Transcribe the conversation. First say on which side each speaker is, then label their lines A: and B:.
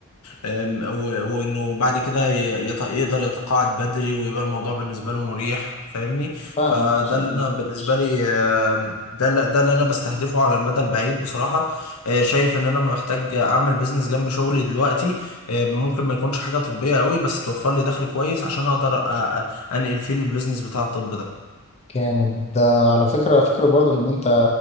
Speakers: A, on the left; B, on the left.
A: آم، و- وإنه بعد كده ي- يت- يقدر يتقاعد بدري ويبقى الموضوع بالنسبة له مريح فاهمني
B: فاهم
A: فده
B: بشكل
A: اللي أنا بالنسبة
B: مش
A: لي آم، ده اللي- ده اللي أنا بستهدفه على المدى البعيد بصراحة آه، شايف ان انا محتاج اعمل بيزنس جنب شغلي دلوقتي آه، ممكن ما يكونش حاجة طبية قوي بس توفر لي دخل كويس عشان اقدر أ- أ- انقل فيه البيزنس بتاع الطب ده
B: جامد ده على فكرة فكرة برضو إن أنت